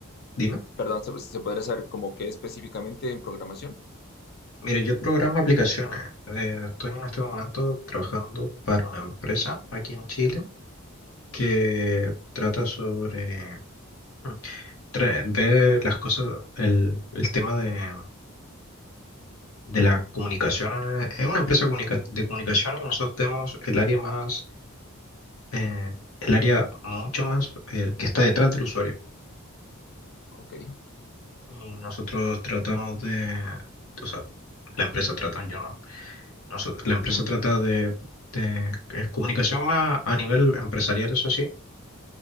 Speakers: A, on the left (about 80°); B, on the left (about 45°).
A: dime.
B: perdón, ¿se, se podría saber como qué específicamente en programación?
A: Mire, yo programo aplicaciones. Eh, estoy en este momento trabajando para una empresa aquí en Chile que trata sobre mm, tra- ver las cosas, el, el tema de, de la comunicación. eh, Es una empresa comunica- de comunicación y nosotros tenemos el área más, eh, el área mucho más eh, que está detrás del usuario.
B: Ok,
A: Y nosotros tratamos de, o sea, la empresa trata, yo no. Nosotros- la empresa
B: mm,
A: trata de, de- es comunicación más a nivel empresarial, eso sí.